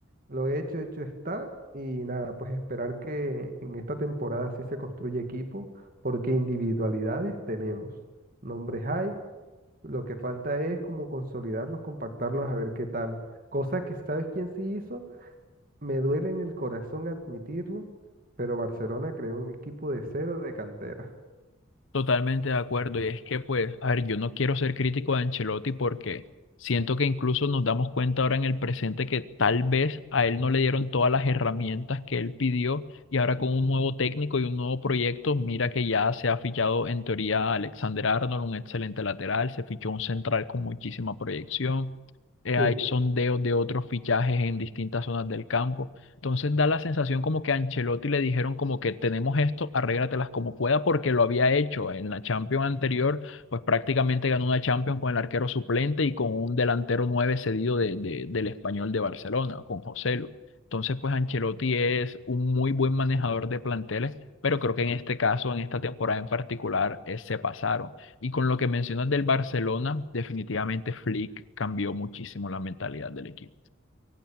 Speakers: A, on the right (about 40°); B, on the left (about 65°).
A: lo hecho, hecho está. Y nada, pues esperar que en esta temporada sí se construya equipo, porque individualidades tenemos. Nombres hay, lo que falta es como consolidarlos, compactarlos, a ver qué tal. Cosa que, ¿sabes quién sí hizo? Me duele en el corazón admitirlo, pero Barcelona creó un equipo de cero de cantera.
B: Totalmente de acuerdo, y es que pues, a ver, yo no quiero ser crítico de Ancelotti porque siento que incluso nos damos cuenta ahora en el presente que tal vez a él no le dieron todas las herramientas que él pidió y ahora con un nuevo técnico y un nuevo proyecto, mira que ya se ha fichado en teoría a Alexander Arnold, un excelente lateral, se fichó un central con muchísima proyección, eh,
A: <laughs>
B: hay sondeos de otros fichajes en distintas zonas del campo. Entonces da la sensación como que a Ancelotti le dijeron como que tenemos esto, arréglatelas como pueda, porque lo había hecho en la Champions anterior, pues prácticamente ganó una Champions con el arquero suplente y con un delantero nueve cedido de- de- del Español de Barcelona, con Joselu. Entonces, pues Ancelotti es un muy buen manejador de planteles, pero creo que en este caso, en esta temporada en particular, eh, se pasaron. Y con lo que mencionas del Barcelona, definitivamente Flick cambió muchísimo la mentalidad del equipo.